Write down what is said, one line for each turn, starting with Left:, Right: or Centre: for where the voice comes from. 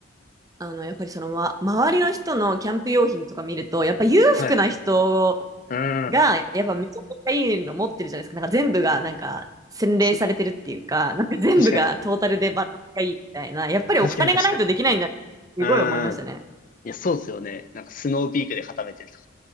Right: あの、やっぱりその、ま、周りの人のキャンプ用品とか見ると、やっぱ裕福な人
Left: はい。うん。
Right: が、やっぱめちゃくちゃいいの持ってるじゃないですか。なんか全部がなんか洗練されてるっていうか、
Left: す、
Right: なんか全部がトータルでバランスがいいみたいな、
Left: 確かに。
Right: やっぱりお金がないとできないんだってすごい思いましたね。
Left: 確かに、確かに。うん。いや、そうですよね。なんか、スノーピークで固めてると